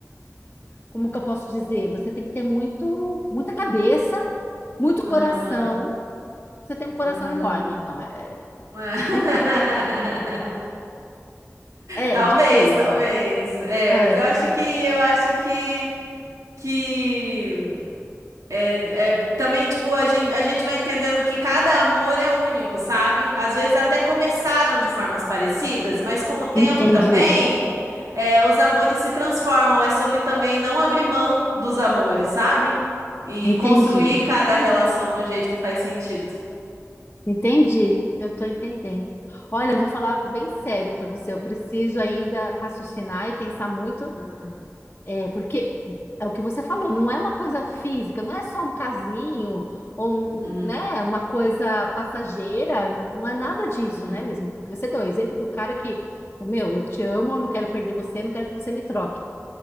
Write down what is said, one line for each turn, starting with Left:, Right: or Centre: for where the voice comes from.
Left: como que eu posso dizer? Você tem que ter muito, muita cabeça, muito coração.
Right: aham,
Left: Você tem um coração
Right: aham.
Left: enorme, então, é-
Right: <laughs>
Left: enfim, é,
Right: Talvez,
Left: difícil.
Right: talvez. É,
Left: É,
Right: mas eu acho
Left: é.
Right: que eu acho que que é, também tipo a gente, a gente vai entendendo que cada amor é único, sabe? Às vezes até começaram de formas parecidas, mas com o tempo
Left: Entendi,
Right: também é, os amores se transformam. É sobre também não abrir mão dos amores, sabe? E
Left: entendi.
Right: construir cada relação de um jeito que faz sentido.
Left: Entendi, eu estou entendendo. Olha, eu vou falar bem sério para você. Eu preciso ainda raciocinar e pensar muito,
Right: Uhum.
Left: é, porque é o que você falou, não é uma coisa física, não é só um casinho ou um,
Right: Uhum,
Left: um, né, uma coisa passageira, não, não é nada disso,
Right: uhum,
Left: né, mesmo? Porque você deu o exemplo do cara que, meu, eu te amo, eu não quero perder você, eu não quero que você me troque,